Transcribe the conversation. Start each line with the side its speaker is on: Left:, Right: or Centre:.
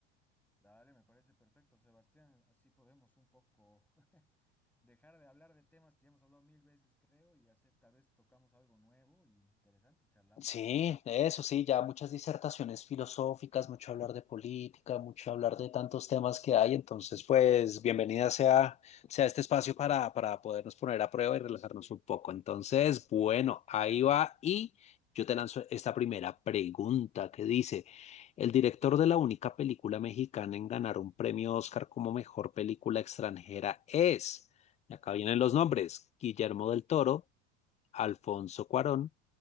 Centre: Dale, me parece perfecto, Sebastián. Así podemos un poco <laughs> dejar de hablar de temas que ya hemos hablado mil veces, creo, y hacer, tal vez tocamos algo nuevo y interesante y charlamos
Left: Sí,
Centre: también de...
Left: eso sí, ya muchas disertaciones filosóficas, mucho hablar de política, mucho hablar de tantos temas que hay. Entonces, pues, bienvenida sea, sea este espacio para, para podernos poner a prueba y relajarnos un poco. Entonces, bueno, ahí va y yo te lanzo esta primera pregunta que dice, el director de la única película mexicana en ganar un premio Oscar como mejor película extranjera es, y acá vienen los nombres, Guillermo del Toro, Alfonso Cuarón.